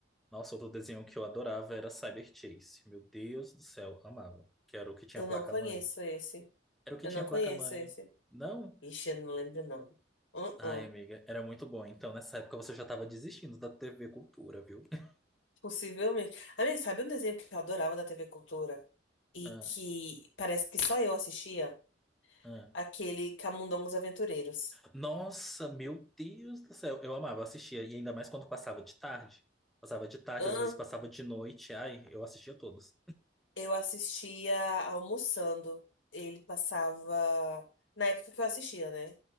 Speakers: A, in the centre; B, on the left.
A: Nossa, outro desenho que eu adorava era Cyber Chase. Meu Deus do céu, amava. Que era o que tinha
B: Eu
A: placa-mãe.
B: não conheço esse.
A: Era o que
B: Eu
A: tinha
B: não
A: placa-mãe.
B: conheço esse.
A: Não?
B: Ixi, eu não lembro, não. Uh-uh.
A: Ai, amiga, era muito bom. Então, nessa época você já tava desistindo da TV Cultura, viu? <laughs>
B: Possivelmente. Amiga, sabe um desenho que eu adorava da TV Cultura? E
A: Ah,
B: que parece que só eu assistia?
A: ah.
B: Aquele Camundongos Aventureiros.
A: Nossa, meu Deus do céu. Eu amava, assistia. E ainda mais quando passava de tarde. Passava de tarde,
B: Hã?
A: às vezes passava de noite. Ai, eu assistia todos.
B: eu assistia almoçando. Ele passava. Na época que eu assistia, né?